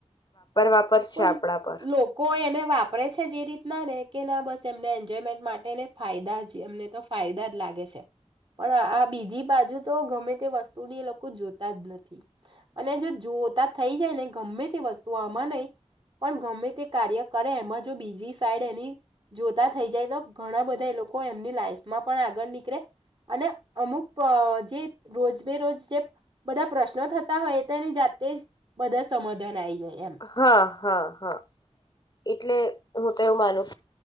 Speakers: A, on the left; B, on the right.
A: વાપર છે
B: પણ
A: આપણા પર
B: લોકો એને વાપ પરે છે જે રીતના ને કે ના, બસ એમને એન્જોયમેન્ટ માટેને ફાયદા જ એમને તો ફાયદા જ લાગે છે, પણ આ બીજી બાજુ તો ગમે તે વસ્તુની એ લોકો જોતા જ નથી, અને જો જોતા થઈ જાય ને ગમે તે વસ્તુ આમાં નહીં. પણ ગમે તે કાર્ય કરે, એમાં જો બીજી સાઈડ એની જોતા થઈ જાય તો ઘણા બધા એ લોકો એમની લાઈફમાં પણ આગળ નીકળે, અને અમુક જે રોજ બેરોજ જે બધા પ્રશ્નો થતા હોય તે એની જાતે જ બધા સમાધાન આઈ જાય. એમ
A: હા. હા હા, એટલે હું તો એવું માનું છું.